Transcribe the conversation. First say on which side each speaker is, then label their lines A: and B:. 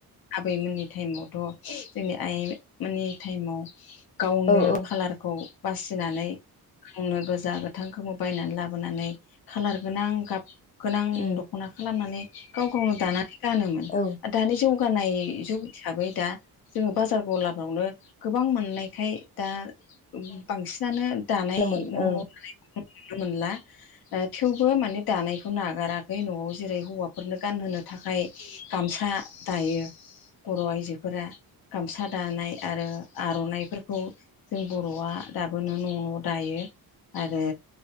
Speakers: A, on the left; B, on the left.
A: आबैमोननि टाइमावथ' जोंनि आइमोननि टाइमाव गावनो
B: औ औ
A: खालारखौ बासिनानै गावनो गोजा गोथां गोमो बायनानै लाबोनानै खाालार गोनां गाब गोनां
B: उम
A: दख'ना खालामनानै गाव गावनो दानानै गानोमोन।
B: औ
A: दानि जौगानाय जुग हिसाबै दा जोङो बाजार गलागावनो गोबां मोननायखाय दा बांसिनानो दानाय
B: गानोमोन
A: न' न' लानाय नुनो
B: औ
A: मोनला थेवबो माने दानायखौ नागाराखै न'आव जेरै हौवाफोरनो गानहोनो थाखाय गामसा दायो बर' आइजोफोरा गामसा दानाय आरो आर'नाइफोरखौ जों बर'आ दाबोनो न' न' दायो आरो।